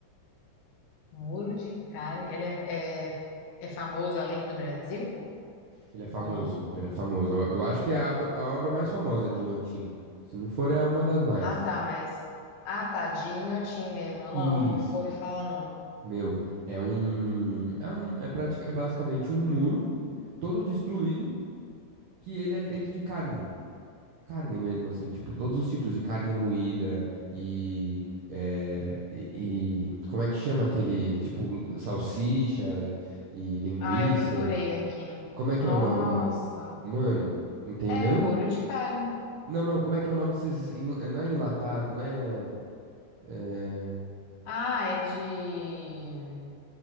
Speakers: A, on the left; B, on the right.
A: Muro de carne, ele é, é, é famoso além do Brasil
B: Ele é famoso,
A: ou não?
B: ele é famoso. Eu, eu acho que é a, ab- a obra mais famosa de Inhotim. Se não for, é uma das mais.
A: Ah, tá, mas ah, tá, de Inhotim mesmo.
B: Isso.
A: Não, nunca ouvi falar não.
B: Meu, é um, é um, é prática, é basicamente um muro todo destruído que ele é feito de carne. Carne mesmo, assim, tipo, todos os tipos de carne moída e, é, e, e- como é que chama aquele, tipo, salsicha e linguiça?
A: Ah, eu procurei aqui.
B: Como é que
A: Nossa,
B: é o nome? Mano, entendeu?
A: é muro de carne.
B: Não, não, como é que é o nome desses, enla- não é enlatado, não é, é,
A: Ah, é de